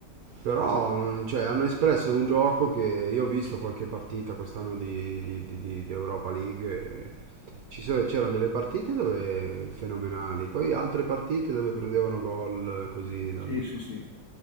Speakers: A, on the right (about 75°); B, on the left (about 70°).
A: però non- cioè, hanno espresso un gioco che io ho visto qualche partita quest'anno di, di- di- di- di Europa League. e ci so- c'erano delle partite dove fenomenali, poi altre partite dove prendevano gol eh, così dal
B: Sì,
A: nulla.
B: sì, sì.